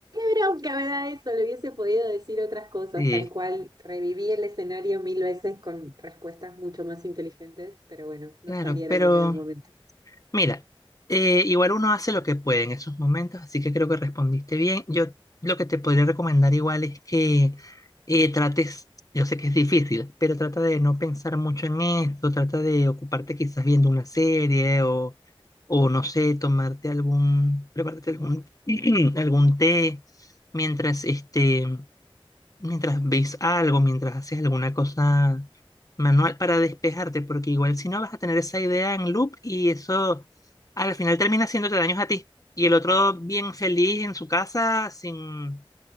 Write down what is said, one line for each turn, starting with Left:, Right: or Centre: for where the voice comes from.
Right: bronca me da eso. Le hubiese podido decir otras cosas,
Left: Sí,
Right: tal cual reviví el escenario mil veces con respuestas mucho más inteligentes, pero bueno, no
Left: claro,
Right: salieron
Left: pero...
Right: en el momento.
Left: Mira, eh, igual uno hace lo que puede en esos momentos, así que creo que respondiste bien. Yo lo que te podría recomendar igual es que eh, trates, yo sé que es difícil, pero trata de no pensar mucho en esto, trata de ocuparte quizás viendo una serie o, o no sé, tomarte algún, prepararte algún, <clears throat> algún té mientras este mientras ves algo, mientras haces alguna cosa manual para despejarte, porque igual si no vas a tener esa idea en loop y eso al final termina haciéndote daños a ti. Y el otro bien feliz en su casa sin,